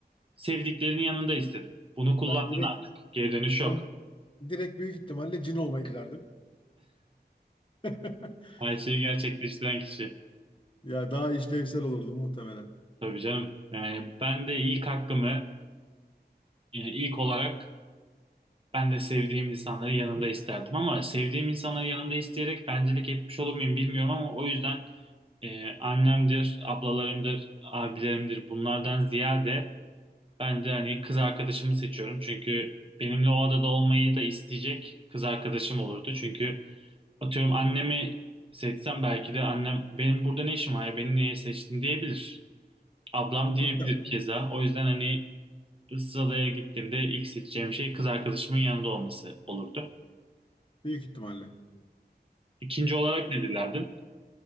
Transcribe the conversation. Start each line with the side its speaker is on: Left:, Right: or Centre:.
Right: sevdiklerinin yanında istedin. Bunu kullandın
Left: Ben direkt
Right: artık. Geri dönüş
Left: ben
Right: yok.
Left: direkt büyük ihtimalle cin olmayı dilerdim. <laughs>
Right: Her şeyi gerçekleştiren kişi.
Left: Ya daha işlevsel olurdu muhtemelen.
Right: Tabii canım. Yani ben de ilk hakkımı yani ilk olarak Ben de sevdiğim insanları yanımda isterdim ama sevdiğim insanları yanımda isteyerek bencilik etmiş olur muyum bilmiyorum ama o yüzden e, annemdir, ablalarımdır, abilerimdir bunlardan ziyade ben de hani kız arkadaşımı seçiyorum. Çünkü benimle o adada olmayı da isteyecek kız arkadaşım olurdu. Çünkü atıyorum annemi seçsem belki de annem benim burada ne işim var ya beni niye seçtin diyebilir. Ablam diyebilir
Left: Muhtemelen.
Right: keza. O yüzden hani Issız Adaya gittiğimde ilk seçeceğim şey kız arkadaşımın yanında olması olurdu.
Left: Büyük ihtimalle.
Right: İkinci olarak ne dilerdin?